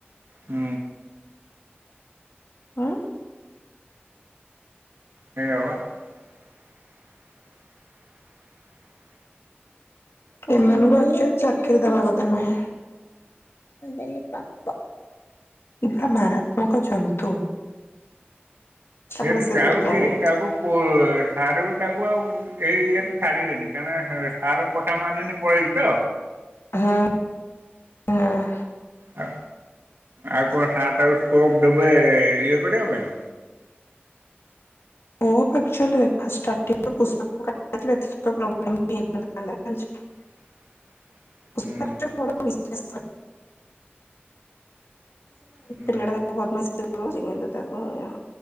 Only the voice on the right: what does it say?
ହୁଁ।
ସେଇଆ ବା <inaudible>
ଏଠୁ
ଯାଉଛି
ତାକୁ କୋର ମାରିବି ତାକୁ ଆଉ ଏଇ ଇଏରେ ଛାଡିବେନି କାରଣ ସାର୍ ଙ୍କ କଥା ମାନିନି ପଳେଇଛି ତ।
ଆ ଆଉ କଣ ସାର୍ ତାକୁ ସ୍କୋପ୍ ଦେବେ ଇଏ କରିବା ପାଇଁ।
<inaudible>
ହୁଁ
ହୁଁ